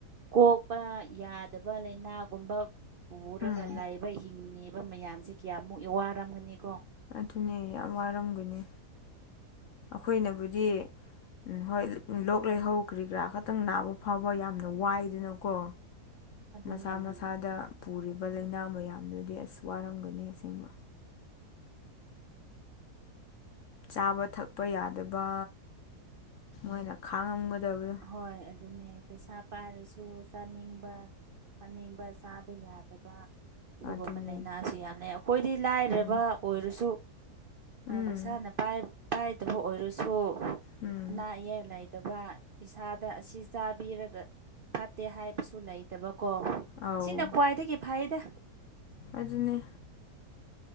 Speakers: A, on the right; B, on the left.
A: ꯀꯣꯛꯄ ꯌꯥꯗꯕ ꯂꯩꯅꯥꯒꯨꯝꯕ ꯄꯨꯔꯒ
B: ꯎꯝ
A: ꯂꯩꯕ ꯍꯤꯡꯉꯤꯕ ꯃꯌꯥꯝꯁꯦ ꯀꯌꯥꯃꯨꯛ ꯋꯥꯔꯝꯒꯅꯤꯀꯣ
B: ꯑꯗꯨꯅꯦ ꯌꯥꯝ ꯋꯥꯔꯝꯒꯅꯤ ꯑꯩꯈꯣꯏꯅꯕꯨꯗꯤ ꯍꯣꯏ ꯂꯣꯛ ꯂꯩꯍꯧ ꯀꯔꯤ ꯀꯔꯥ ꯈꯛꯇꯪ ꯅꯥꯕ ꯐꯥꯎꯕ ꯌꯥꯝꯅ ꯋꯥꯏꯗꯅꯀꯣ
A: ꯑꯗꯨꯅꯦ
B: ꯃꯁꯥ
A: ꯑꯗꯨꯅꯦ
B: ꯃꯁꯥꯗ ꯄꯨꯔꯤꯕ ꯂꯩꯅꯥ ꯃꯌꯥꯝꯗꯨꯗꯤ ꯑꯁ ꯋꯥꯔꯝꯒꯅꯤ ꯑꯁꯦꯡꯕ ꯆꯥꯕ ꯊꯛꯄ ꯌꯥꯗꯕ ꯃꯣꯏꯅ ꯈꯥꯡꯉꯝꯒꯗꯕꯅꯤ
A: ꯍꯣꯏ ꯑꯗꯨꯅꯦ ꯄꯩꯁꯥ ꯄꯥꯏꯔꯁꯨ ꯆꯥꯅꯤꯡꯕ ꯊꯛꯅꯤꯡꯕ ꯆꯥꯕ ꯌꯥꯗꯕ ꯑꯗꯨꯒꯨꯝꯕ
B: ꯑꯗꯨꯅꯤ
A: ꯂꯥꯏꯅꯥꯁꯤ ꯌꯥꯝꯅ ꯑꯩꯈꯣꯏꯗꯤ ꯂꯥꯏꯔꯕ
B: ꯎꯝ
A: ꯑꯣꯏꯔꯁꯨ
B: ꯎꯝ
A: ꯄꯩꯁꯥꯅ ꯄꯥꯏꯗꯕ ꯑꯣꯏꯔꯁꯨ
B: ꯎꯝ
A: ꯑꯅꯥ ꯑꯌꯦꯛ ꯂꯩꯇꯕ ꯏꯁꯥꯗ ꯑꯁꯤ ꯆꯥꯕꯤꯔꯒ ꯐꯠꯇꯦ ꯍꯥꯏꯕꯁꯨ ꯂꯩꯇꯕꯀꯣ
B: ꯑꯧ
A: ꯁꯤꯅ ꯈ꯭ꯋꯥꯏꯗꯒꯤ ꯐꯩꯗ
B: ꯑꯗꯨꯅꯤ